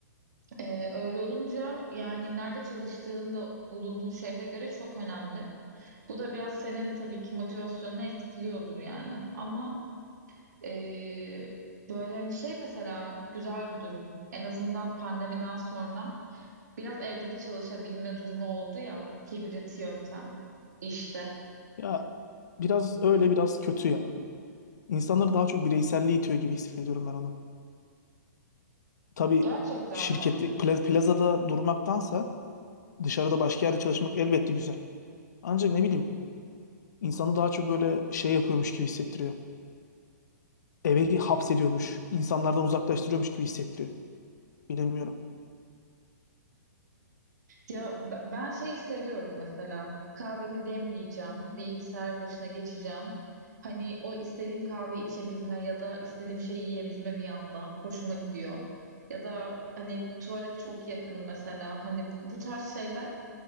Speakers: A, on the right; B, on the left.
A: ee, öyle olunca yani nerede çalıştığın da bulunduğun şehre göre çok önemli. Bu da biraz senin tabii ki motivasyonunu etkiliyordur yani. Ama ee, böyle hani şey mesela güzel bir durum. En azından pandemiden sonra biraz evde de çalışabilme durumu oldu ya hibrit yöntem işte.
B: Ya biraz öyle, biraz kötü ya. İnsanları daha çok bireyselliğe itiyor gibi hissediyorum ben onu. Tabii
A: Gerçekten
B: şirkette
A: mi?
B: pla- plazada durmaktansa dışarıda başka yerde çalışmak elbette güzel. Ancak ne bileyim insanı daha çok böyle şey yapıyormuş gibi hissettiriyor. Eve hapsediyormuş, insanlardan uzaklaştırıyormuş gibi hissettiriyor. Bilemiyorum.
A: Ya b- ben şey seviyorum mesela kahvemi demleyeceğim, bilgisayar başına geçeceğim. Hani o istediğim kahve içebilme ya da istediğim şeyi yiyebilme bir yandan hoşuma gidiyor. Ya da hani tuvalet çok yakın mesela hani bu, bu tarz şeyler